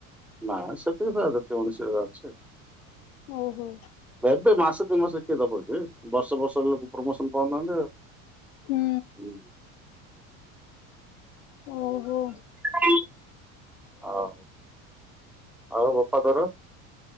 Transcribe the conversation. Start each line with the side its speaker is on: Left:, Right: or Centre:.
Centre: ନା ସେତିକି ତ କେତେ ଉଣିଶି ହଜାରେ ଅଛି।
Left: ଓହୋ
Centre: ଏବେ ମାସ ଦୁଇ ମାସ କିଏ ଦଵକି ବର୍ଷ ବର୍ଷ ହେ ପ୍ରମୋସନ ପାଉନାହାନ୍ତି
Left: ହୁଁ
Centre: ଆଉ
Left: ଓହୋ
Centre: <inaudible> ଆଉ ଆଉ ବୋପା ତୋର?